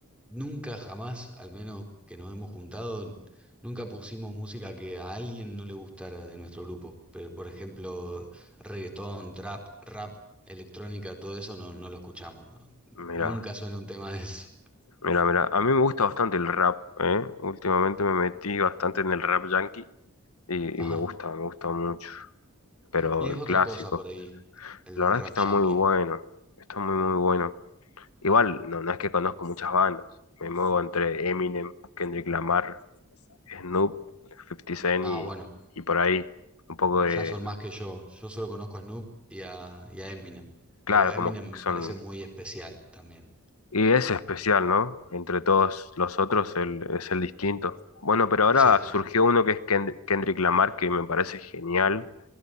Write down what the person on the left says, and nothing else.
Mira,
mira, mira. A mí me gusta bastante el rap, ¿eh? Últimamente me metí bastante en el rap yankee y,
y me gusta, me gusta mucho. pero
el
clásico.
La verdad
es que está
muy bueno, está muy, muy bueno. Igual, no, no es que conozco muchas bandas, me muevo entre Eminem, Kendrick Lamar, Snoop, Fifty Cent
y,
y por ahí un poco de,
claro,
como que
son...
Y es especial, ¿no? Entre todos los otros el, es el distinto. Bueno, pero ahora
surgió uno que es Kend- Kendrick Lamar, que me parece genial,